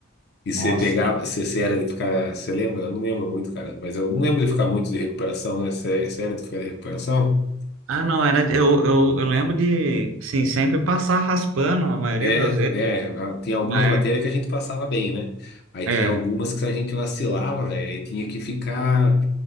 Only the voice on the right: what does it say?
Nossa.
tem-
Ah, não, era. Eu, eu, eu lembro de, assim, sempre passar raspando a maioria
das vezes,
mas.
É.
é.